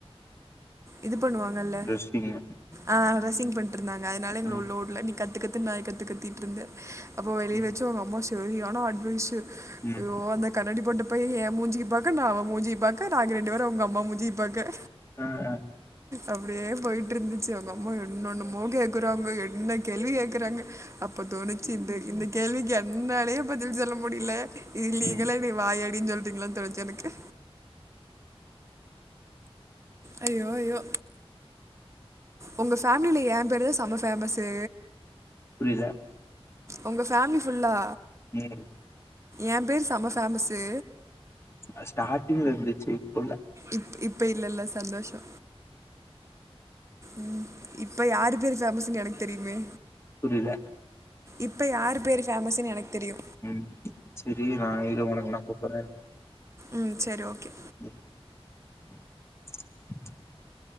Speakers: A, on the right; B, on the left.
A: இது பண்ணுவாங்கல
B: ட்ரெஸ்ஸிங்கு
A: ஆ ட்ரெஸ்ஸிங் பண்ட்டு இருந்தாங்க அதுனால எங்கள
B: ம்
A: உள்ள வுடல நீ கத்து கத்து து நாய்க் கத்து கத்திட்ருந்த அப்போ வெளிய
B: ம்
A: வச்சு ஒங்க அம்மா சரியான அட்வைஸ்ஸு
B: ம்
A: அய்யோ அந்த கண்ணாடி போட்ட பையே எ மூஞ்சிய பாக்க நா அவெ மூஞ்சிய பாக்க நாங்க ரெண்டு பேரு ஒங்க அம்மா மூஞ்சிய பாக்க
B: அ அ
A: அப்டியே போய்ட்டு இருந்துச்சு ஒங்க அம்மா என்னன்னமோ கேக்குறாங்க என்ன கேள்வி கேக்குறாங்க அப்ப தோணுச்சு இந்த இந்த கேள்விக்கு என்னாலயே பதில் சொல்ல முடில இதுல நீங்கிலா
B: ம்
A: எனய வாயாடின் சொல்டீங்களோன் தோனுச்சு எனக்கு அய்யோ அய்யோ ஒங்க ஃபேம்லீல எ பேரு தா செம்ம ஃபேமஸ்ஸு
B: புரீல
A: ஒங்க ஃபேம்லி ஃபுல்லா
B: ம்
A: எ பேரு செம ஃபேமஸ்ஸு
B: அது ஸ்டாட்டிங்ல இருந்துச்சு இப்ப இல்ல
A: இப் இப்ப இல்லேல சந்தோஷோ ம் இப்ப யாரு பேரு பேமஸ்னு எனக்கு தெரியுமே
B: புரீல
A: இப்ப யாரு பேரு ஃபேமஸுன் எனக் தெரியு
B: ம் செரி நா இரு ஒனக்கு நா கூப்பற்றே
A: ம் செரி ஓகே
B: ம்